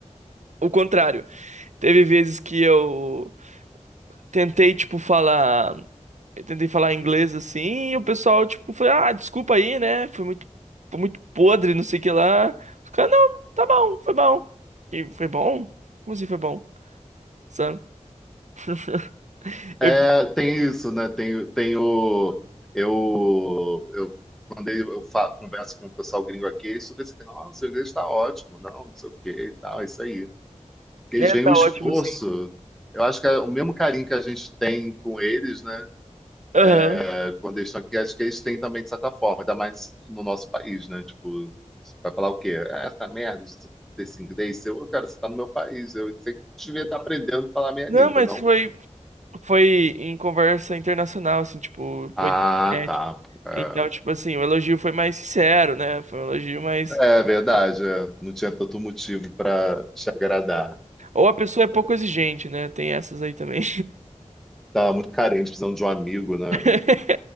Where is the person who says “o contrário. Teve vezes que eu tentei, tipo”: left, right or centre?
Right